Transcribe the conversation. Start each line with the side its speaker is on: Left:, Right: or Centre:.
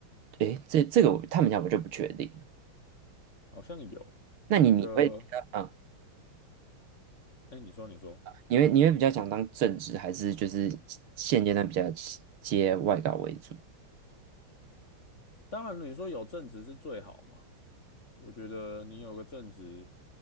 Right: 诶，这这个我他们家我就不确定了
Left: 好像有那个，
Right: 那你你会比较啊？
Left: 哎、你说，你说，
Right: 你会你会比较想当正职，还是就是现阶段比较接外稿为主？
Left: 当然你说有正职是最好嘛。我觉得你有个正职，